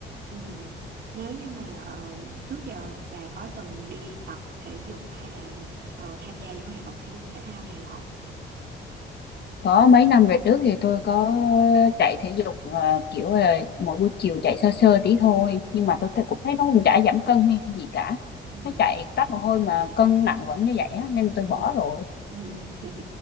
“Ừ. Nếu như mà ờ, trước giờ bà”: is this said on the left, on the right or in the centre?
Right